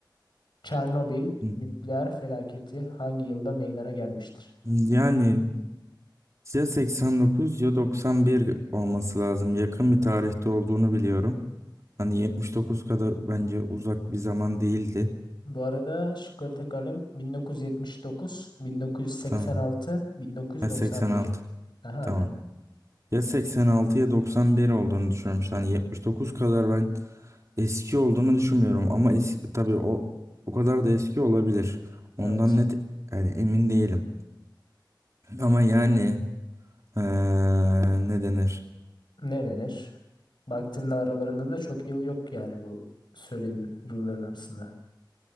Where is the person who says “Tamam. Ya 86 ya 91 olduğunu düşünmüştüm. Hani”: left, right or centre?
Right